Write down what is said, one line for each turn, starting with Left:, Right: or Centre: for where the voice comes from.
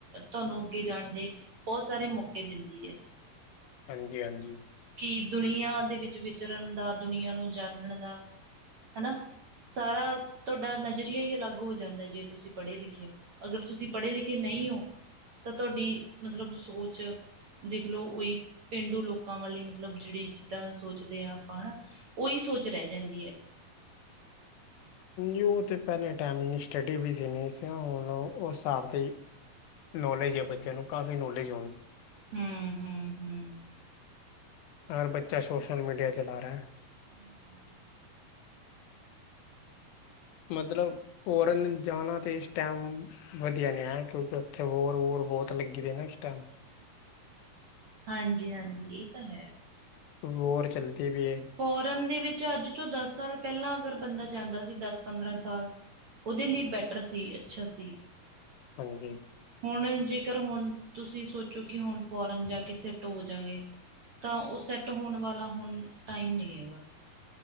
Right: ਤਾਨੂੰ ਅੱਗੇ ਜਾਨ ਦੇ ਬਹੁ ਸਾਰੇ ਮੌਕੇ ਦਿੰਦੀ ਐ।
Left: ਹਾਂਜੀ ਹਾਂਜੀ।
Right: ਕਿ ਦੁਨੀਆਂ ਦੇ ਵਿੱਚ ਵਿਚਰਨ ਦਾ ਦੁਨੀਆਂ ਨੂੰ ਜਾਾਨਨ ਦਾ। ਹਨਾ ਸਾਰਾ। ਤੁਹਾਡਾ ਨਜ਼ਰੀਆ ਹੀ ਅਲੱਗ ਹੋ ਜਾਂਦਾ ਜੇ ਤੁਸੀਂ ਪੜ੍ਹੇ ਲਿਖੇ ਹੋ ਅਗਰ ਤੁਸੀਂ ਪੜ੍ਹੇ ਲਿਖੇ ਨਹੀਂ ਹੋ। ਤਾਂ ਤੁਹਾਡੀ ਮਤਲਬ ਸੋਚ ਦੇਖ ਲਓ ਉਹੀ ਪੇਂਡੂ ਲੋਕ। ਲੋਕਾਂ ਵਾਲੀ ਮਤਲਬ ਜਿਹੜੀ ਜਿੱਦਾਂ ਸੋਚਦੇ ਆਾਂ ਆਪਾਂ ਹਨਾ ਉਹੀ ਸੋਚ ਰਹਿ ਜਾਂਦੀ ਹੈ।
Left: ਯ ਤੇ ਪਹਿਲੇ ਟਾਈਮ ਸਟੱਡੀ ਵੀ ਸੀ ਨਹੀਂ ਸੀ ਹੁਣ ਉਸ ਹਿਸਾਬ ਦੀ। ਨੌਲੇਜ ਹੈ ਬੱਚਿਆਂ ਨੂੰ ਕਾਫੀ ਨੌਲੇਜ।
Right: ਹਮ ਹਮ ਹਮ।
Left: ਹਰ ਬੱਚਾ ਸੋਸ਼ਲ ਮੀਡੀਆ ਚਲਾ ਰਿਹਾ ਹੈ।
Right: ਹਮ।
Left: ਮਤਲਬ ਫੋਰਨ ਜਾਣਾ ਤੇ ਇਸ ਟਾਈਮ। ਵਧੀਆ ਨੇ ਹੈ ਕਿਉਂਕਿ ਉੱਥੇ ਹੋਰ ਹੋਰ ਬਹੁਤ ਲੱਗੀ ਦੇ ਨਾ ਉਸ ਟਾਈਮ।
Right: ਹਾਂਜੀ ਹਾਂਜੀ ਇਹ ਤਾਂ ਹੈ।
Left: ਰੋਡ ਚੱਲਦੀ ਵੀ ਹੈ।
Right: ਫੋਰਨ ਦੇ ਵਿੱਚ ਅੱਜ ਤੋਂ ਦਸ ਸਾਲ ਪਹਿਲਾਂ ਅਗਰ ਬੰਦਾ ਜਾਂਦਾ ਸੀ ਦਸ ਪੰਦਰਾਂ ਸਾਲ। ਉਹਦੇ ਲਈ ਬੈਟਰ ਸੀ ਅੱਛਾ ਸੀ।
Left: ਹਾਂਜੀ।
Right: ਹੁਣ ਜੇਕਰ ਹੁਣ ਤੁਸੀਂ ਸੋਚੋ ਕਿ ਹੁਣ ਫੋਰਨ ਜਾ ਕੇ ਸਿੱਟ ਹੋ ਜਾਗੇ। ਤਾਂ ਉਹ ਸੈਟ ਹੋਣ ਵਾਲਾ ਹੁਣ ਟਾਈਮ ਨਹੀਂ ਹੈਗਾ।